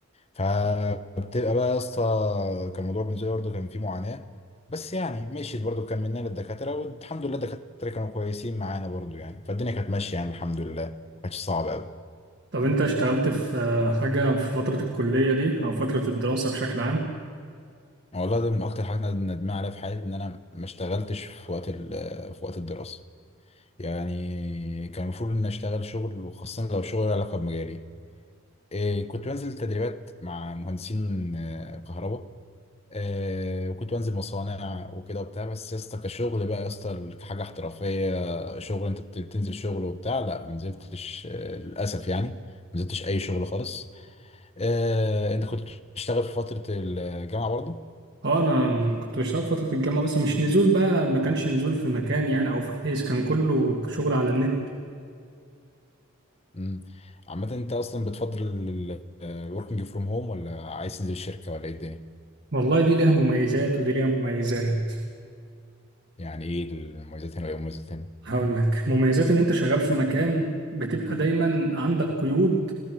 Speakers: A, on the left (about 30°); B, on the right (about 55°).
A: فبتبقى بقى يا اسطى كان الموضوع بالنسبه لي برضه كان فيه معاناه بس يعني مشيت برضه كملنا للدكاتره والحمد لله الدكاتره كانوا كويسين معانا برضه يعني فالدنيا كانت ماشيه يعني الحمد لله ما كانتش صعبه قوي
B: طب انت اشتغلت في آه، حاجة في فترة الكلية دي او فترة الدراسة بشكل عام
A: والله ده من اكتر حاجات انا ندمان عليها في حياتي ان انا ما اشتغلتش في وقت ال- في وقت الدراسه يعني كان المفروض ان اشتغل شغل وخاصه لو شغل له علاقه بمجالي إيه كنت بنزل تدريبات مع مهندسين آه، كهرباء آه، وكنت بنزل مصانع وكده وبتاع بس يا اسطى كشغل بقى يا اسطى كحاجه احترافيه شغل انت بت- بتنزل شغل وبتاع لا ما نزلتش آه، للاسف يعني ما نزلتش اي شغل خالص آه، انت كنت بتشتغل في فتره الجامعه برضه
B: اه انا م- كنت بشتغل في فترة الجامعة بس مش نزول بقى ما كانش نزول في مكان يعني او في حيز كان كله شغل على النت
A: مم. عامه انت اصلا بتفضل الوركينج فروم هوم ولا عايز تنزل الشركه ولا ايه الدنيا
B: والله دي ليها مميزات ودي ليها مميزات
A: يعني ايه المميزات هنا وايه المميزات هنا
B: هقول لك مميزات ان انت شغال في مكان بتبقى دايما عندك قيود